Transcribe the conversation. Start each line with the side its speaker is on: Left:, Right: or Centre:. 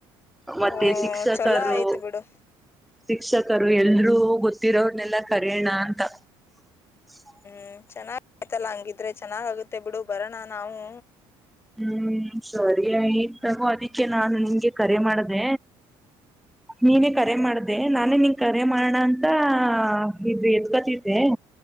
Centre: ಮತ್ತೆ
Left: ಓ
Centre: ಶಿಕ್ಷಕರು
Left: ಚೊಲೋ ಆಯ್ತು ಬಿಡು
Centre: ಶಿಕ್ಷಕರು ಎಲ್ರುೂ ಗೊತ್ತಿರೋ್ರನ್ನೆಲ್ಲ ಕರಣ ಅಂತ ಹ
Left: ಹ್ಮ್ ಚೆನ್ನಾಗ್ ಆಯ್ತಲ್ಲ ಹಂಗಿದ್ರೆ ಚೆನ್ನಾಗ ಆಗುತ್ತೆ ಬಿಡು ಬರೋಣ ನಾವು
Centre: ಹ್ಮ್ ಸರಿ ಆಯ್ತಗೋ ಅದಿಕ್ಕೆ ನಾನು ನಿಂಗೆ ಕರೆ ಮಾಡ್ದ ನೀನೇ ಕರೆ ಮಾಡ್ದೆ ನಾನೇ ನಿನ್ ಕರೆ ಮಾಡೋಣ ಅಂತ ಇದು ಎತ್್ಕತಿದ್ದೆ